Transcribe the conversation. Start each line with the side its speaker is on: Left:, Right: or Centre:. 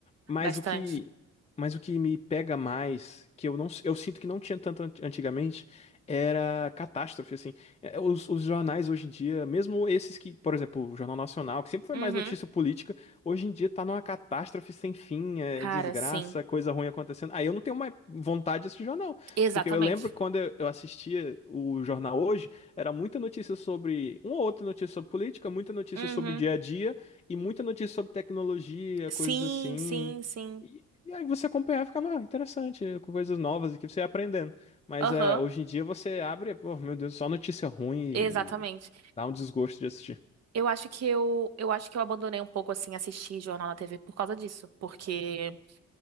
Left: Mas
Right: Bastante.
Left: o que mas o que me pega mais, que eu não eu sinto que não tinha tanto ant- antigamente, era catástrofe assim. É, Os, os jornais hoje em dia, mesmo esses que, por exemplo, o Jornal Nacional, que sempre foi
Right: Uhum.
Left: mais notícia política, Hoje em dia tá numa catástrofe sem fim, é
Right: Cara,
Left: desgraça,
Right: sim.
Left: coisa ruim acontecendo. Aí eu não tenho mais vontade de assistir jornal.
Right: Exatamente.
Left: Porque eu lembro que quando eu eu assistia o jornal hoje, era muita notícia sobre. Uma ou outra notícia sobre política, muita notícia
Right: Uhum.
Left: sobre o dia a dia e muita notícia sobre tecnologia,
Right: Sim,
Left: coisas assim.
Right: sim, sim.
Left: E, e aí você acompanhava e ficava "Ah, interessante, com coisas novas que você ia aprendendo. Mas
Right: Aham.
Left: é, hoje em dia você abre, pô, meu Deus, só notícia ruim e
Right: Exatamente.
Left: dá um desgosto de assistir.
Right: Eu acho que eu, eu acho que eu abandonei um pouco assim assistir jornal na TV por causa disso, porque